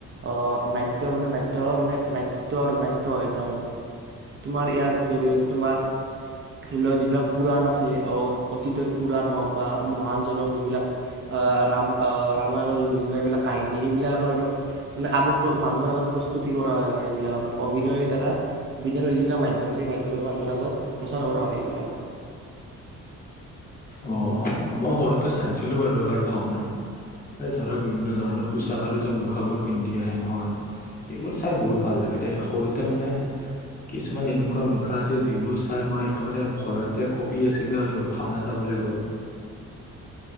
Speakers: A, on the right (about 40°); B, on the left (about 30°).
A: অ নাট্য মানে নাট্য, মানে নাট্য আৰু নাট্য হয় এটা আৰু তোমাৰ ইয়াৰ জৰিয়তে তোমাৰ ধৰি লও যিবিলাক পুৰাণ, আছে। অতীতৰ পুৰাণ হওক বা মহানজনক যিবিলাক ৰাম আহ ৰামায়ণৰ বিভিন্ন এইবিলাক কাহিনী সেইবিলাক আৰু মানে আগত মানুহৰ আগত প্ৰস্তুতি কৰা হয় আৰু এইবিলাক মানে অভিনয়ৰ দ্বাৰা বিভিন্ যিবিলাক মাধ্যম আছে সেই মাধ্যমৰে মানুহৰ আগত প্ৰচাৰ কৰা হয় এইবিলাক।
B: অ মই সৰুতে চাইছিলো বাৰু এবাৰ ভাওনা এই ধৰা বিভিন্ন ধৰণৰ পোচাক আৰু যে মুখাবোৰ পিন্ধি আহে নহয় সেইবোৰ চাই বহুত ভাল লাগে দে সৰুতে মানে কিছুমান এনেকুৱা মুখা আছিল যিবোৰ চাই মই একেবাৰে ভয়তে কঁপি আছিলো আৰু ভাওনা চাবলৈ গৈ